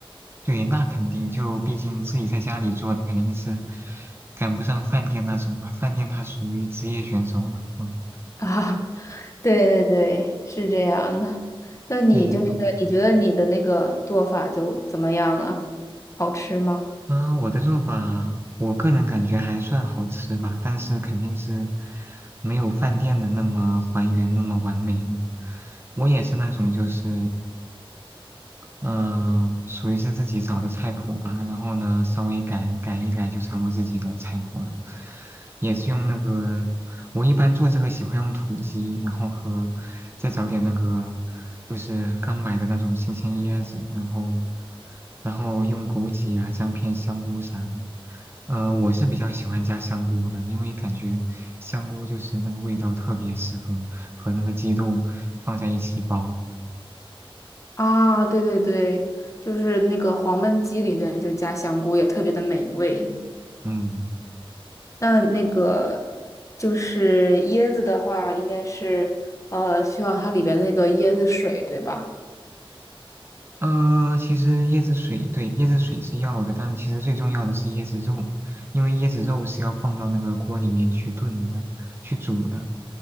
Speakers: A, on the right (about 25°); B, on the left (about 30°).
A: 对，那肯定就毕竟自己在家里做的肯定是赶不上饭店那种嘛，饭店它属于职业选手了。嗯，
B: <laughs> 啊，对对对，是这样的。那你就是，
A: 对，嗯
B: 你觉得你的那个做法就怎么样啊？好吃吗？
A: 嗯，我的做法，我个人感觉还算好吃吧，但是肯定是没有饭店的那么还原那么完美的。我也是那种就是嗯，属于是自己找的菜谱吧，然后呢，稍微改改一改就成我自己的菜谱了。也是用那个，我一般做这个喜欢用土鸡，然后和再找点那个，就是刚买的那种新鲜椰子，然后然后用枸杞啊、姜片、香菇啥的。呃，我是比较喜欢加香菇的，因为感觉香菇就是那个味道特别适合和那个鸡肉放在一起煲。
B: 啊，对对对，就是那个黄焖鸡里边就加香菇，也特别的美味。
A: 嗯。
B: 那那个就是椰子的话，应该是呃需要它里边那个椰子水，对吧？
A: 呃，其实椰子水，对，椰子水是要的，但其实最重要的是椰子肉，因为椰子肉是要放到那个锅里面去炖的，去煮的。